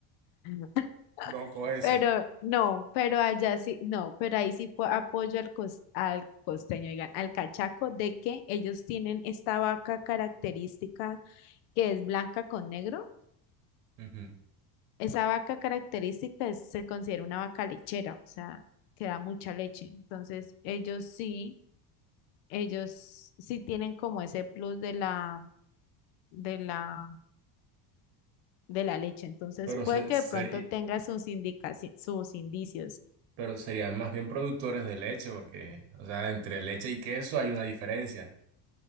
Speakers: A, on the left; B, on the right.
A: <laughs>
B: Loco ese.
A: Pero no, pero allá sí, no, pero ahí sí po- apoyo al, cos- al costeño, digan, al cachaco, de que ellos tienen esta vaca característica que es blanca con negro.
B: Ujú.
A: Esa vaca característica es- se considera una vaca lechera, o sea, que da mucha leche. Entonces, ellos sí, ellos sí tienen como ese plus de la, de la de la leche. Entonces,
B: Pero,
A: puede
B: se-
A: que
B: seri-
A: de pronto tenga sus indicaci- sus indicios.
B: pero serían más bien productores de leche, porque, o sea, entre leche y queso hay una diferencia.